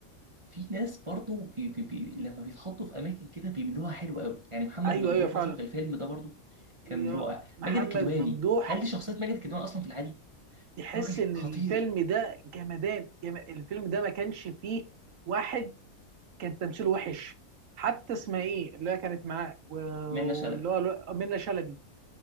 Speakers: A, on the right; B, on the right.
A: في ناس برضو بي بي بي لما بيتحطوا في اماكن كده بيعملوها حلوه قوي يعني محمد
B: ايوه
A: ممدوح
B: ايوه فعلا
A: مثلا في الفيلم ده برضو كان
B: يا
A: رائع
B: محمد
A: ماجد الكدواني
B: ممدوح
A: هل دي شخصيه ماجد الكدواني اصلا في العادي
B: تحس
A: راجل
B: ان
A: خطير
B: الفيلم ده جمدان جم... الفيلم ده ما كانش فيه واحد كان تمثيله وحش حتى اسمها ايه اللي هي كانت معاه و-
A: منة شلبي
B: واللي هو الو- منة شلبي